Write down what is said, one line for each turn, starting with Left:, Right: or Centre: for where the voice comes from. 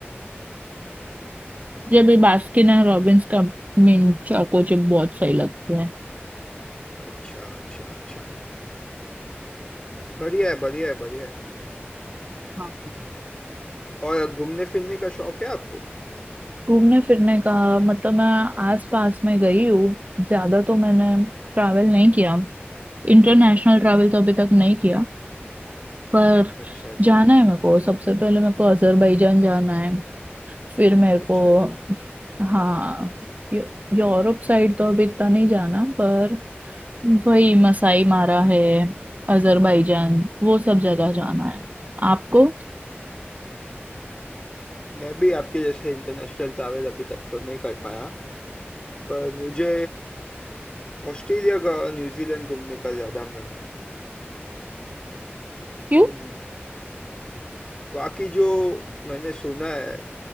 Right: मुझे भी बास्किन एंड रॉबिन्स का मिंट चोको चिप बहुत सही लगते हैं
Left: अच्छा अच्छा अच्छा बढ़िया है बढ़िया है बढ़िया है
Right: हाँ
Left: और घूमने फिरने का शौक है आपको
Right: घूमने फिरने का मतलब मैं आस पास में गई हूँ ज्यादा तो मैंने ट्रैवल नहीं किया इंटरनेशनल ट्रैवल तो अभी तक नहीं किया पर
Left: अच्छा जी
Right: जाना है मेरे को सबसे पहले मेरे को अजरबैजान जाना है फिर मेरे को
Left: अच्छा जी
Right: हाँ यू- यूरोप साइड तो अभी इतना नहीं जाना पर वही मसाई मारा है अजरबैजान वो सब जगह जाना है आपको
Left: मैं भी आपके जैसे इंटरनेशनल ट्रैवल अभी तक तो नहीं कर पाया पर मुझे ऑस्ट्रेलिया का न्यूजीलैंड घूमने का ज़्यादा मन है
Right: क्यों
Left: हम्म बाकी जो मैंने सुना है